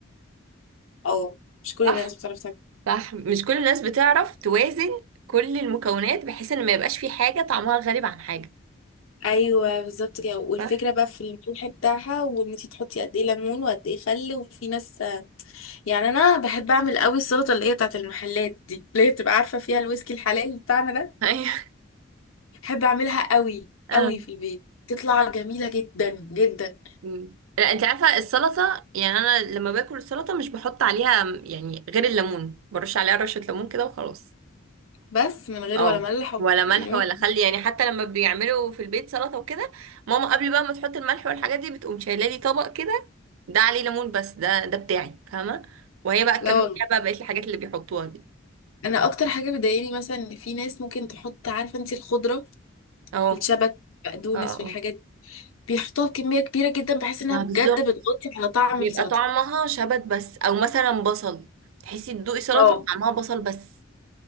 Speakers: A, on the left; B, on the right.
A: اه مش كل
B: صح؟
A: الناس بتعرف تعملها
B: صح مش كل الناس بتعرف توازن كل المكونات بحيث ان ما يبقاش في حاجة طعمها غريب عن حاجة
A: ايوه بالظبط كده والفكره
B: صح؟
A: بقى في الريحه بتاعها وان انت تحطي قد ايه ليمون وقد ايه خل وفي ناس يعني انا بحب اعمل قوي السلطه اللي هي بتاعت المحلات دي اللي هي بتبقى عارفه فيها الويسكي الحلال بتاعنا ده
B: <laughs>
A: بحب اعملها قوي
B: أيوة
A: قوي في البيت تطلع جميله جدا جدا
B: مم. لا انت عارفه السلطه يعني انا لما باكل السلطه مش بحط عليها يعني غير الليمون برش عليها رشه ليمون كده وخلاص
A: بس من غير
B: اه
A: ولا ملح ولا
B: ولا ملح
A: كمون
B: ولا خل يعني حتى لما بيعملوا في البيت سلطه وكده ماما قبل بقى ما تحط الملح والحاجات دي بتقوم شايله لي طبق كده ده عليه ليمون بس ده ده بتاعي فاهمه وهي بقى تكمل
A: لا والله
B: فيها بقى بقيه الحاجات اللي بيحطوها دي
A: انا اكتر حاجه بتضايقني مثلا ان في ناس ممكن تحط عارفه انت الخضره
B: اهو
A: الشبت بقدونس
B: اه اه
A: والحاجات دي بيحطوها بكميه كبيره جدا بحيث انها
B: ما
A: بجد
B: بالظبط
A: بتغطي على طعم
B: بيبقى
A: السلطه
B: طعمها شبت بس او مثلا بصل تحسي تدوقي سلطه
A: اه
B: طعمها بصل بس